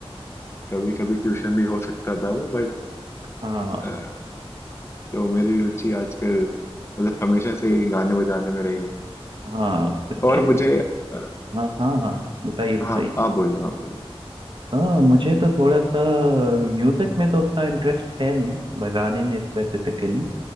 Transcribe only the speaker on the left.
कभी कभी ट्यूशन भी हो सकता था वो
बट तो मेरी रुचि आजकल मतलब हमेशा से ही गाने बजाने में रही है
और मुझे अ,
हाँ आप बोलो आप बोलो